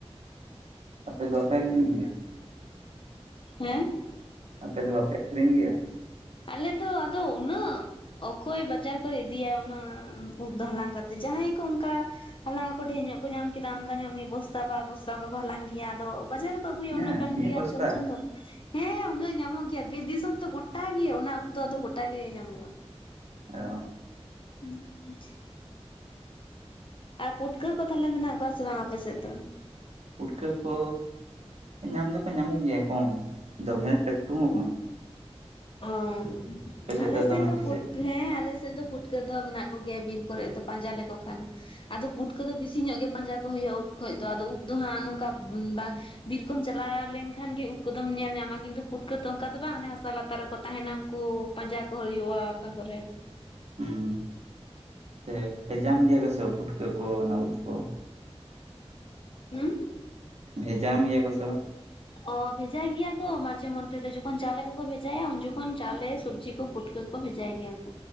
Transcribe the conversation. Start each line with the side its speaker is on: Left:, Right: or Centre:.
Right: ᱟᱯᱮ ᱫᱚ <unintelligible> ᱜᱮᱭᱟ᱾
Left: ᱦᱮᱸ?
Right: ᱟᱯᱮ ᱫᱚ ᱵᱟᱯᱮ ᱟᱹᱠᱷᱨᱤᱧ ᱜᱮᱭᱟ?
Left: ᱟᱞᱮᱫᱚ ᱟᱫᱚ ᱩᱱᱟᱹᱜ ᱚᱠᱚᱭ ᱵᱟᱡᱟᱨ ᱠᱚᱭ ᱤᱫᱤᱭᱟ ᱩᱱᱟᱹᱜ ᱩᱫᱽ ᱫᱚ ᱦᱟᱞᱟᱝ ᱠᱟᱛᱮᱜ, ᱡᱟᱦᱟᱸᱭ ᱠᱚ ᱚᱝᱠᱟ ᱦᱟᱞᱟᱝ ᱟᱠᱚ ᱰᱷᱮᱨ ᱧᱚᱜ ᱠᱚ ᱧᱟᱢ ᱠᱮᱫᱟ ᱟᱢᱫᱟ ᱧᱚᱜ ᱢᱤᱫ ᱵᱚᱥᱛᱟ ᱵᱟᱨ ᱵᱚᱥᱛᱟ ᱚᱱᱠᱟ ᱠᱚ ᱦᱟᱞᱟᱝ ᱜᱮᱭᱟ ᱟᱫᱚ ᱵᱟᱡᱟᱨ ᱠᱚ ᱟᱹᱜᱩᱭᱟ
Right: ᱦᱮᱸ
Left: ᱩᱱᱟᱹᱜ ᱠᱟᱱ
Right: ᱢᱤᱫ
Left: ᱜᱮᱭᱟ
Right: ᱵᱚᱥᱛᱟ
Left: ᱟᱨ ᱡᱚᱢ ᱥᱚᱢᱚᱱ᱾ ᱦᱮᱸ ᱩᱱᱟᱹᱜ ᱧᱟᱢᱚᱜ ᱜᱮᱭᱟ, ᱵᱤᱨ ᱫᱤᱥᱚᱢ ᱛᱚ ᱜᱚᱴᱟ ᱜᱮ ᱚᱱᱟ ᱩᱫ ᱫᱚ ᱟᱫᱚ ᱜᱚᱴᱟ ᱜᱮ ᱧᱟᱢᱚᱜᱼᱟ᱾
Right: ᱚ᱾
Left: <inaudible> ᱟᱨ ᱯᱩᱴᱠᱟᱹ ᱠᱚ ᱛᱟᱦᱚᱞᱮ ᱢᱮᱱᱟᱜ ᱠᱚᱣᱟ ᱥᱮ ᱵᱟᱝ ᱟᱯᱮ ᱥᱮᱫ ᱫᱚ?
Right: ᱯᱩᱴᱠᱟᱹ ᱠᱚ ᱧᱟᱢ ᱫᱚᱠᱚ ᱧᱟᱢᱚᱜ ᱜᱮᱭᱟ ᱠᱚᱢ, ᱫᱚᱢᱮ <unintelligible> ᱦᱚᱸ ᱠᱚᱢ᱾
Left: ᱚᱝ
Right: ᱟᱯᱮ
Left: ᱟᱞᱮ ᱥᱮᱫ
Right: ᱫᱚᱢᱮ
Left: ᱫᱚ
Right: ᱥᱮ
Left: ᱯᱩᱴᱸ
Right: ᱪᱮᱫ
Left: ᱦᱮ ᱟᱞᱮᱥᱮᱫ ᱫᱚ ᱯᱩᱴ ᱠᱟᱹ ᱫᱚ ᱢᱮᱱᱟᱜ ᱠᱚᱜᱮᱭᱟ ᱵᱤᱨ ᱠᱚᱨᱮ ᱫᱚ ᱯᱟᱸᱡᱟ ᱞᱮᱠᱚ ᱠᱷᱟᱱ ᱟᱫᱚ ᱯᱩᱴᱠᱟᱹ ᱫᱚ ᱵᱮᱥᱤ ᱧᱚᱜ ᱜᱮ ᱯᱟᱸᱡᱟ ᱠᱚ ᱦᱩᱭᱩᱜᱼᱟ ᱩᱫᱽ ᱠᱷᱚᱡ ᱫᱚ ᱟᱫᱚ ᱩᱫᱽ ᱫᱚ ᱦᱟᱸᱜ ᱱᱚᱝᱠᱟ ᱵᱟᱝ ᱵᱤᱨ ᱠᱚᱢ ᱪᱟᱞᱟᱣ ᱞᱮᱱᱠᱷᱟᱱ ᱜᱮ ᱩᱫᱽ ᱠᱚᱫᱚᱢ ᱧᱮᱞ ᱧᱟᱢᱟ, ᱠᱤᱱᱛᱩ ᱯᱩᱴᱠᱟᱹᱛᱚ ᱚᱱᱠᱟ ᱫᱚ ᱵᱟᱝ ᱚᱱᱮ ᱦᱟᱥᱟ ᱞᱟ ᱛᱟᱨ ᱨᱮᱠᱚ ᱛᱟᱦᱮᱸᱱᱟ ᱩᱱᱠᱩ ᱯᱟᱸᱡᱟ ᱠᱚ ᱦᱩᱭᱩᱜᱼᱟ ᱚᱠᱟ ᱠᱚᱨᱮ᱾
Right: ᱩᱸ ᱮ ᱮ ᱡᱟᱢ ᱜᱮᱭᱟ ᱠᱚᱥᱮ ᱯᱩᱴᱠᱟᱹ ᱠᱚ ᱚᱱᱟ ᱩᱫᱽ ᱠᱚ,
Left: ᱦᱩᱸ?
Right: ᱵᱷᱮᱡᱟᱢ ᱜᱮᱭᱟ ᱠᱚ ᱥᱮ ᱵᱟᱝ?
Left: ᱦ <unintelligible> ᱚ ᱵᱷᱮᱡᱟᱭ ᱜᱮᱭᱟ ᱠᱚ ᱢᱟᱡᱷᱮ ᱢᱚᱫᱽᱫᱷᱮ ᱫᱚ, ᱡᱚᱠᱷᱚᱱ ᱪᱟᱣᱞᱮ ᱠᱚᱠᱚ ᱵᱷᱮᱡᱟᱭᱟ ᱩᱱ ᱡᱚᱠᱷᱚᱱ ᱪᱟᱣᱞᱮ, ᱥᱚᱵᱽᱡᱤ ᱠᱚ ᱯᱩᱴᱠᱟᱹ ᱠᱚ ᱵᱷᱮᱡᱟᱭ ᱜᱮᱭᱟ ᱠᱚ᱾